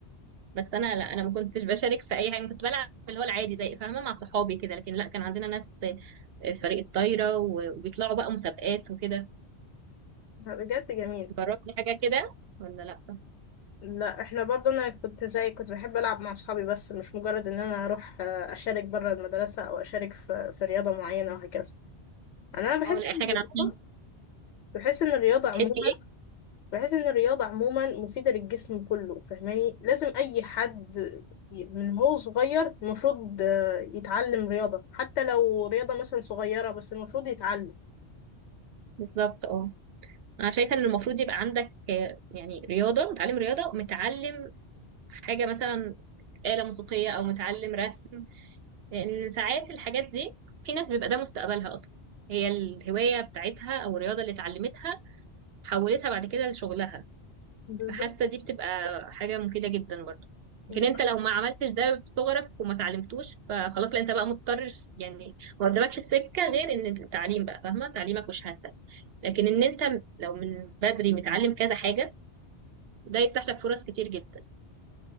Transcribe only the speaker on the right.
بس انا لا انا ما كنتش بشارك في اي حاجه كنت بلعب اللي هو العادي زي فاهمه مع صحابي كده لكن لا كان عندنا ناس فريق الطايرة و- وبيطلعوا بقى مسابقات وكده
جربت حاجة كده ولا لأ؟
اه لا
احنا
كان عاملين
بتحسي
ايه؟
بالظبط اه انا شايفة ان المفروض يبقى عندك آه، يعني رياضة متعلم رياضة ومتعلم حاجة مثلا آلة موسيقية او متعلم رسم لان ساعات الحاجات دي في ناس بيبقى ده مستقبلها اصلا هي الهواية بتاعتها او الرياضة اللي اتعلمتها حولتها بعد كده لشغلها
فحاسه دي بتبقى حاجه مفيده جدا برضه
لكن انت لو ما عملتش ده في صغرك وما تعلمتوش فخلاص لا انت بقى مضطر يعني ما قدامكش سكه غير ان التعليم بقى فاهمه تعليمك وشهادتك لكن ان انت لو من بدري متعلم كذا حاجه ده يفتح لك فرص كتير جدا